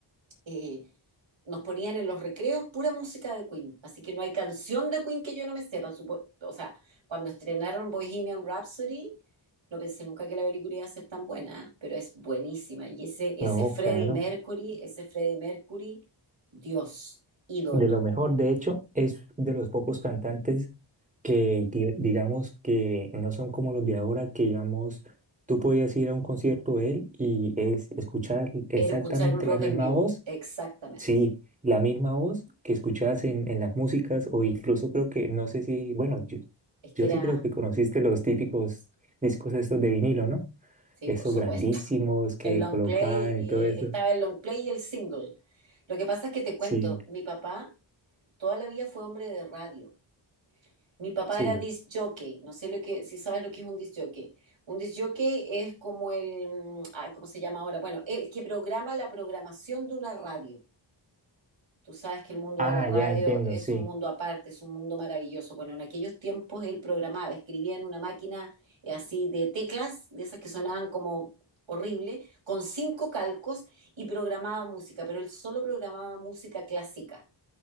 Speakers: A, on the right; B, on the right.
A: eh, nos ponían en los recreos pura música de Queen. Así que no hay canción de Queen que yo no me sepa. Supo- o sea, cuando estrenaron Bohemian Rhapsody, no pensé nunca que la película iba a ser tan buena, ¿eh? pero es buenísima. Y ese, ese
B: No,
A: Freddie
B: claro.
A: Mercury, ese Freddie Mercury, Dios, ídolo.
B: De lo mejor. De hecho, es de los pocos cantantes que di- digamos que no son como los de ahora, que digamos, tú podías ir a un concierto de él y es escuchar exactamente
A: Era escuchar un rock
B: la misma
A: en vivo.
B: voz
A: Exactamente.
B: Sí, la misma voz que escuchabas en, en las músicas o incluso creo que, no sé si, bueno, yo,
A: Es que
B: yo
A: era,
B: sí creo que conociste los típicos discos estos de vinilo, ¿no?
A: sí,
B: Esos
A: por supuesto.
B: grandísimos
A: <laughs>
B: que
A: El long
B: colocaban
A: play,
B: y todo
A: eh,
B: eso.
A: estaba el long play y el single. Lo que pasa es que te cuento,
B: Sí,
A: mi papá Toda la vida fue hombre de radio. Mi papá
B: sí,
A: era disc jockey, no sé lo que, si sabes lo que es un disc jockey. Un disc jockey es como el, mm, ay, ¿cómo se llama ahora? Bueno, el que programa la programación de una radio. Tú sabes que el mundo
B: Ah,
A: de la radio
B: ya entiendo,
A: es
B: sí.
A: un mundo aparte, es un mundo maravilloso. Bueno, en aquellos tiempos él programaba, escribía en una máquina eh, así de teclas, de esas que sonaban como horrible, con cinco calcos y programaba música, pero él solo programaba música clásica